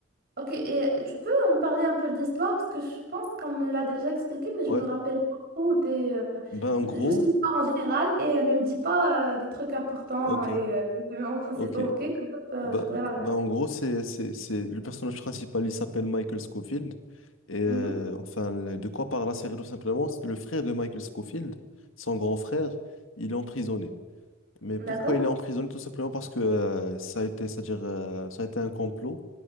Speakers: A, on the right (about 50°); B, on the left (about 70°).
A: Ok, et tu peux me parler un peu de l'histoire parce que je pense qu'on me l'a déjà expliqué, mais je
B: Ouais.
A: me rappelle pas trop des.
B: Ben, en
A: euh,
B: gros,
A: juste l'histoire en général et euh, ne me dis pas euh, des trucs importants
B: ok,
A: et euh, les éléments principaux,
B: ok.
A: ok? Comme ça,
B: Bah,
A: euh, je pourrais la regarder.
B: bah, en gros, c'est, c'est, c'est le personnage principal, il s'appelle Michael Scofield. Et euh,
A: Mhm,
B: enfin, le- de quoi parle la série tout simplement? c'est Le frère de Michael Scofield, son grand frère, il est emprisonné. Mais
A: d'accord.
B: pourquoi il est emprisonné? Tout simplement parce que euh, ça a été, c'est-à-dire, euh, ça a été un complot.